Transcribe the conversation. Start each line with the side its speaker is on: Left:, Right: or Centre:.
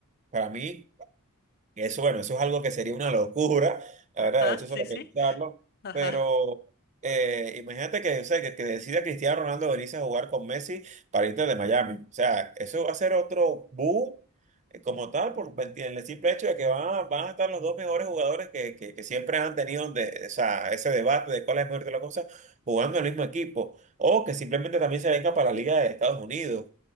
Right: para mí. Y Eso, bueno, eso es algo que sería una locura, la verdad,
Left: Ah,
Right: de hecho, solo
Left: sí, sí.
Right: pensarlo,
Left: Ajá.
Right: pero eh, imagínate que, o sea, que, que decida Cristiano Ronaldo venirse a jugar con Messi para irte de Miami, o sea, eso va a ser otro boom eh, como tal, por el simple hecho de que van, a- van a estar los dos mejores jugadores que, que, que siempre han tenido de, o sea, ese debate de cuál es mejor de la cosa, jugando en el mismo equipo, o que simplemente también se venga para la Liga de Estados Unidos.